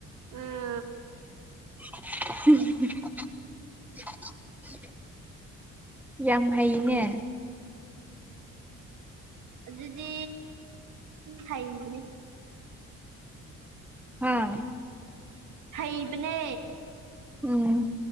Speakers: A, on the right (about 80°); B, in the centre.
A: ꯎꯝ
B: <unintelligible> ꯌꯥꯝ ꯍꯩꯅꯦ
A: ꯑꯗꯨꯗꯤ ꯍꯩꯗꯔ꯭ꯤ
B: ꯎꯝ
A: ꯍꯩ ꯕꯅꯦ
B: ꯎꯝ